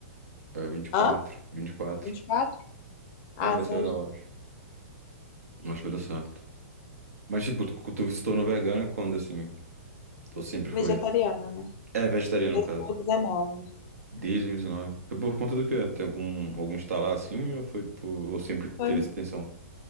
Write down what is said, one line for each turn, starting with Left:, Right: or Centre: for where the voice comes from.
Right: é, 24,
Left: Hã?
Right: 24.
Left: 24? Ah,
Right: É, vai
Left: você
Right: ser
Left: é
Right: legal, eu acho. Acho que vai dar certo. Mas, tipo, tu, tu se tornou vegana quando, assim? Tu sempre foi...
Left: vegetariana, né?
Right: É, vegetariano,
Left: Em dois
Right: no caso.
Left: mil e dezenove.
Right: Desde 2019. Foi por conta do quê? Tem algum, algum estalar assim? Ou foi por... Ou sempre teve
Left: Foi,
Right: essa intenção?